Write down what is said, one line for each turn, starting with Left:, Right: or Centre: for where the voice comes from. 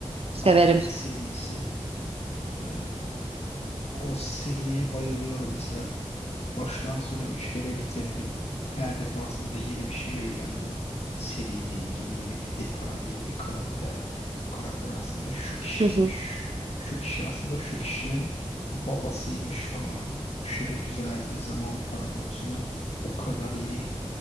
Right: severim.
Left: Alman serisi. Ee, o seriye bayılıyorum mesela. Baştan sona üç kere bitirdim. Her defasında yeni bir şey öğrendim. Seriyle ilgili yeni bir detay, yeni bir karakter. Karakter aslında şu kişiymiş.
Right: Hı hı,
Left: Şu kişi aslında şu kişinin babasıymış falan. Aşırı güzeldi. Zaman paradoksunu o kadar iyi